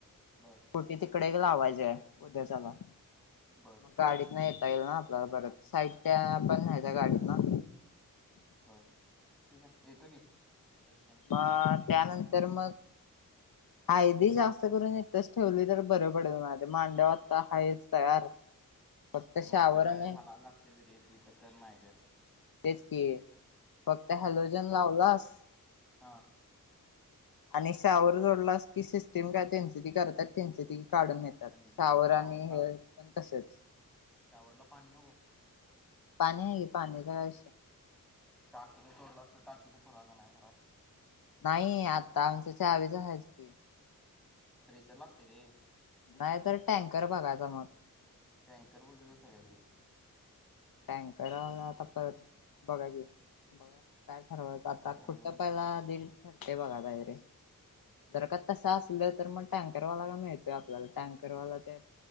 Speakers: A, in the centre; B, on the left.
A: बर
B: कुठे तिकडे एक लावायचेय, उद्याचाला.
A: बर
B: गाडीतन येता येईल ना आपल्याला परत, साहित्या पण न्हायच गाडीतन.
A: बर, ठीक आहे येतो की, एसन
B: अ त्यानंतर मग
A: ह <unintelligible>
B: हळदी जास्त करून इथच ठेवली तर, बरं पडेल माझे मांडव आत्ता हायच तयार. फक्त
A: ते
B: शावर
A: मांड वगैरे
B: आणि
A: घालायला लागते त रे तू तर कर नाही कर <unintelligible>
B: तेच की, फक्त हॅलोजन लावलास
A: हा.
B: आणि शावर जोडला की सिस्टीम काय, त्यांच ती करतात त्यांच त काढून नेतात
A: पण
B: सावर
A: शावरला
B: आणि हे पण तसेच
A: शावरला पाणी नको
B: पाणी आहे की पाणी काय
A: टाकीचं सोडलं असतं टाकीचा पुरावां नाही खराब <unintelligible>
B: नाही आता आमच्याच्यावेज आहेत की <unintelligible>
A: स्प्रेशर लागते रे
B: नाही तर, टँकर बघायचा मग.
A: टँकर बोलू सगळ्यात बेस्ट.
B: टँकर आला आता परत, बघा क बघा काय ठरवायचं आता
A: कारण
B: खुटं पहिला दी ठरते बघा बाहेरे <unintelligible> जर का
A: हम्म.
B: तसं असलं तर, मग टँकरवाला का मिळतोय आपल्याला टँकरवाला ते